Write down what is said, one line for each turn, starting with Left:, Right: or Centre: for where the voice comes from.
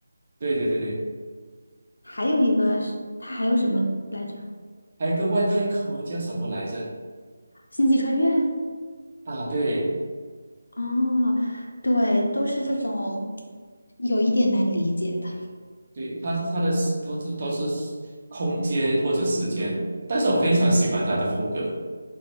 Right: 对对对对，
Left: 还有一个是它还有什么来着？
Right: 还有一个外太空人叫什么来着？
Left: 星际穿越？
Right: 啊，对
Left: 哦，对，都是这种有一点难理解的。
Right: 对，他他的都是都是空间或者时间，但是我非常喜欢他的风格。